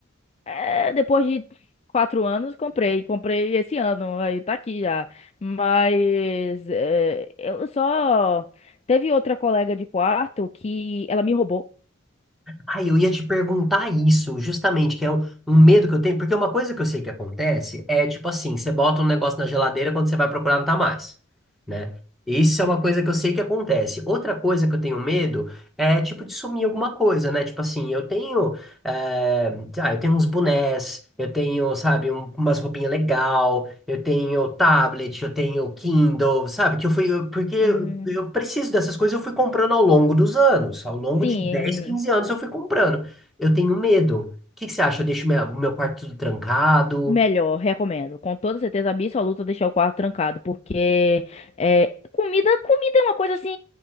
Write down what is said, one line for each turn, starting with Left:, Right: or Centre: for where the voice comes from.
Left: É, depois de quatro anos, comprei. Comprei esse ano. Aí tá aqui já. Mas é, eu só. Teve outra colega de quarto que ela me roubou.
Centre: Ah, eu ia te perguntar isso, justamente, que é um, um medo que eu tenho, porque uma coisa que eu sei que acontece é tipo assim, você bota um negócio na geladeira, quando você vai procurar não tá mais, né? Isso é uma coisa que eu sei que acontece. Outra coisa que eu tenho medo é tipo de sumir alguma coisa, né? Tipo assim, eu tenho, eh, ah, eu tenho uns bonés, eu tenho, sabe, um- umas roupinhas legal, eu tenho tablet, eu tenho Kindle, sabe? Que eu fui, eu- porque
Left: Hum,
Centre: eu preciso dessas coisas, eu fui comprando ao longo dos anos, ao longo
Left: sim.
Centre: de 10 15 anos eu fui comprando. Eu tenho medo. O que que você acha? Eu deixo minha- o meu quarto tudo trancado?
Left: Melhor, recomendo. Com toda certeza absoluta deixar o quarto trancado, porque é, comida, comida é uma coisa assim,